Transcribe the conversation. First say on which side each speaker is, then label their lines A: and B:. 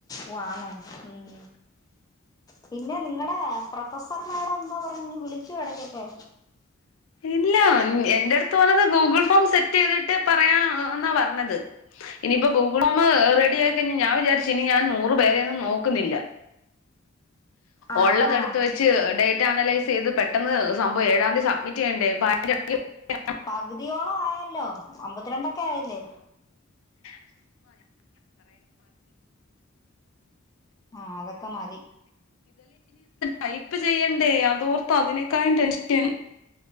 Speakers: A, on the left (about 20°); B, on the left (about 75°).
A: ഓ ആന്നോ ഉം പിന്നെ നിങ്ങടെ പ്രൊഫസർമാഡം എന്തോ പറയുന്ന് വിളിച്ചോ ഇടക്കൊക്കെ
B: ഇല്ല ഉം എൻ്റെടുത്ത് വന്നത് ഗൂഗിൾ ഫോം സെറ്റിതിട്ട് പറയാ എ ന്നാ പറഞ്ഞത് ഇനിപ്പോ ഗൂഗിൾ ഫോമ് റെഡി ആയി കഴിഞ്ഞ ഞാൻ വിചാരിച്ച് ഇനി ഞാൻ നൂറു പേരൊന്നും നോക്കുന്നില്ല
A: ആഹ്
B: ഒള്ളത്
A: ആഹ്
B: എടുത്ത് വെച്ച് ഡേ റ്റ അനലൈസീത് പെട്ടെന്ന് സംഭവം ഏഴാം തീ സബ്മിറ്റിയണ്ടേ <unintelligible>
A: പകുതിയോളം ആയല്ലോ അമ്പത്തിരണ്ടൊക്കെ ആയില്ലേ
B: <unintelligible> <unintelligible> <unintelligible>
A: ആഹ് അതൊക്കെ മതി
B: ടൈപ്പ് ചെയ്യണ്ടേ അതോർത്ത് അതിനേക്കായും ടെൻഷൻ